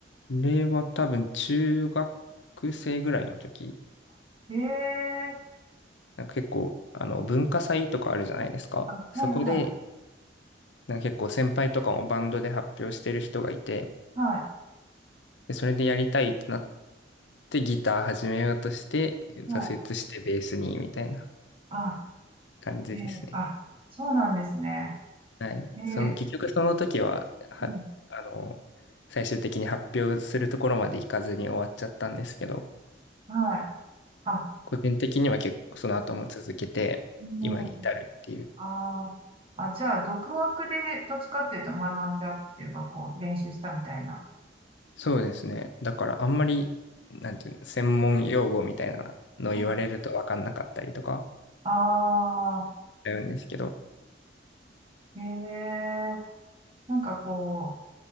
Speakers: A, on the left; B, on the right.
A: れは多分中学生ぐらいの時、
B: あ、ええ
A: なんか結構あの文化祭とかあるじゃないですか。
B: あ、はい、
A: そこで
B: はい、
A: なんか結構先輩とかもバンドで発表してる人がいて、
B: はい。
A: で、それでやりたいってなってギター始めようとして挫折してベースにみたいな
B: ああ、
A: 感じですね。
B: えーあ、そうなんですね。
A: はい。
B: えー
A: その結局その時は、は、
B: うん、
A: あの、最終的に発表するところまで行かずに終わっちゃったんですけど、
B: はい。あ、
A: 個人的には結構その後も続けて、
B: うん、
A: 今に至るっていう。
B: あー、あ、じゃあ、独学でどっちかっていうと学んだっていうか、こう、練習したみたいな。
A: そうですね。だからあんまり、なんていうの、専門用語みたいなのを言われると分かんなかったりとか、
B: うんああ
A: だうんですけど、
B: ー、えーなんかこう、